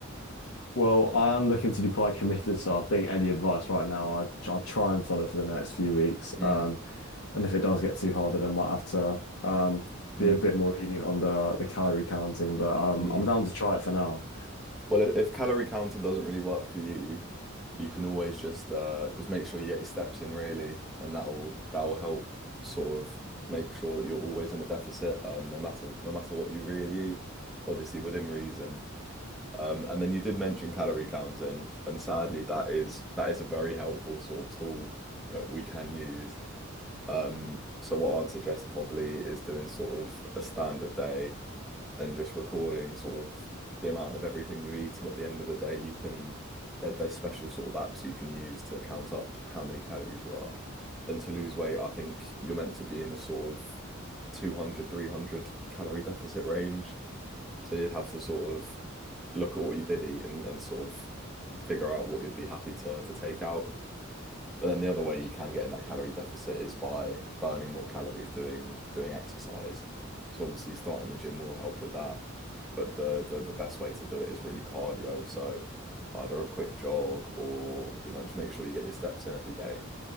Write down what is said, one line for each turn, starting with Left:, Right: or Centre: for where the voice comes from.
Left: Well, I am looking to be quite committed, so I think any advice right now, I, I'll try and follow for the next few weeks.
Centre: Mm,
Left: Um, and if it does get too hard, then I might have to um, be
Centre: mm,
Left: a bit more lenient on the the calorie counting. But um,
Centre: mm.
Left: I'm down to try it for now.
Centre: Well, if, if calorie counting doesn't really work for you, you can always just uh just make sure you get your steps in really, and that'll that'll help sort of make sure that you're always in a deficit, um, no matter no matter what you really eat, obviously within reason. Um, and then you did mention calorie counting, and sadly that is that is a very helpful sort of tool that we can use. Um, so what I'd suggest probably is doing sort of a standard day and just recording sort of the amount of everything you eat. And at the end of the day, you can there, there's special sort of apps you can use to count up how many calories you are. And to lose weight, I think you're meant to be in the sort of 200, 300 calorie deficit range. So you'd have to sort of look at what you did eat and, and sort of figure out what you'd be happy to to take out. But then the other way you can get in that calorie deficit is by burning more calories doing doing exercise. So obviously starting the gym will help with that. But the the, the best way to do it is really cardio. So either a quick jog or, you know, just make sure you get your steps in every day.